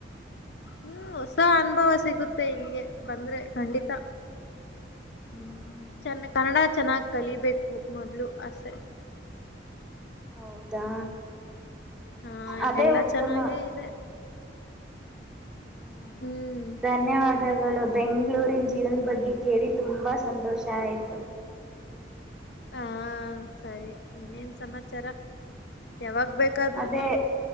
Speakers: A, on the left (about 60°); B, in the centre.
A: ಹ್ಮ್ ಹೊಸ ಅನುಭವ ಸಿಗುತ್ತೆ ಇಲ್ಲಿಗೆ ಬಂದ್ರೆ ಖಂಡಿತ.
B: ಹ್ಮ್
A: ಚನ್ನ ಕನ್ನಡ, ಚೆನ್ನಾಗಿ ಕಲಿಬೇಕು ಮೊದ್ಲು ಆಸೆ.
B: ಹೌದಾ
A: ಹಾ ಇಲ್ಲೆ
B: ಅದೇ
A: ಎಲ್ಲಾ
B: ಉತ್ತಮ
A: ಚೆನ್ನಾಗೆ ಇದೆ.
B: ಹ್ಮ
A: ಹ್ಮ್
B: ಧನ್ಯವಾದಗಳು ಬೆಂಗ್ಗಳೂರಿನ ಜೀವನ್ ಬಗ್ಗೆ ಕೇಳಿ ತುಂಬ ಸಂತೋಷ ಆಯಿತು.
A: ಹಾ ಸರಿ ಇನ್ನೇನ್ ಸಮಾಚಾರ. ಯಾವಾಗ ಬೇಕಾದ್ರು
B: ಅದೇ
A: ಬಾ